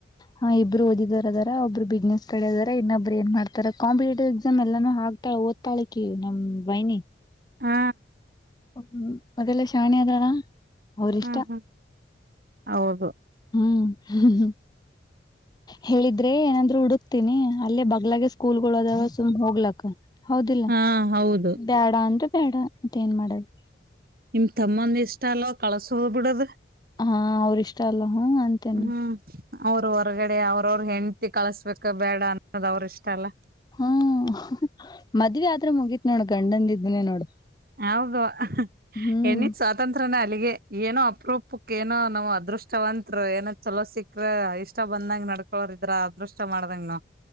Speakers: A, on the left; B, on the right.
A: ಹ ಹ ಇಬ್ರು ಓದಿದಾರ ಅದಾರ ಒಬ್ರು ಬಿಸ್ನೆಸ್ ಕಡೆದ ಇನ್ನೊಬ್ರು ನ್ ಮಾಡ್ತಾರೆ ಕಂಪಿಟೇಟಿವ್ ಎಸ್ ಎಲ್ಲನೂ ಹಾಕ್ತಾ ಓದ್ತಾಳಕ್ಕೆ ನಮ್ ಬೈನಿ
B: ಹ್ಮ
A: ಹ್ಮ ಅದೆಲ್ಲ ಶಾಣಿ ಅದಾರ ಅವರಿ ಇಷ್ಟ
B: ಹಾ ಹಾ ಹೌದು
A: ಹ್ಮ್ ಹ್ಮ್ ಹ್ಮ್ ಹೇಳಿದ್ರೆ ಏನಂದ್ ಹುಡುಕ್ತೀನಿ ಅಲ್ಲೇ ಬಗ್ಲಾಗ ಸ್ಕೂಲ್ ದಾವ ಸುಮ ಹೋಗ್ಲಕ್ಕ ಹೌದಿಲ್ಲ
B: ಹಾ ಹೌದು
A: ಬ್ಯಾಡ ಅಂದ್ರೆ ಬೇಡ ಅಂತ ಏನ್ ಮಾಡದು
B: ನಿಮ್ ತಮ್ಮಂದ ಇಷ್ಟ ಅಲ್ವ ಕಳಸ ಹೋದ್ ಬಿಡದ್
A: ಹಾ ಅವ್ರ ಇಷ್ಟ ಅಲ್ಲ ಹ್ಮ ಅಂತೇನೆ
B: ಹ್ಮ್ ಅವ್ರ ಹೊರಗಡೆ ಅವ್ರವರು ಹೆಂಡತಿ ಕಳಸ್ಬೇಕ ಬೇಡ ಅನ್ನೋದ ಅವರು ಇಷ್ಟ ಅಲ್ಲ
A: ಹ್ಮ ಮದ್ವೆ ಆದತ್ರ ಮುಗೀತ್ ನೋಡು ಗಂಡಂದಿದ್ದನನೆ ನೋಡು
B: ಹೌದು
A: ಹ್ಮ್
B: ಹೆಣ್ಣಿ ಸ್ವಾತಂತ್ರ್ಯನ ಅಲ್ಲಿಗೆ ಏನೋ ಅಪ್ರೂಪ ನೋ ನಾವ್ ಅದೃಷ್ಟವತ್ರು ಏನೋ ಚಲೋ ಸಿಕ್ಕ್ರ ಇಷ್ಟ ಬಂದಂಗ ನಡ್ಕೊರ್ ಇದ್ರ ಅದೃಷ್ಟ ಮಾಡ್ದಂಗ ನವು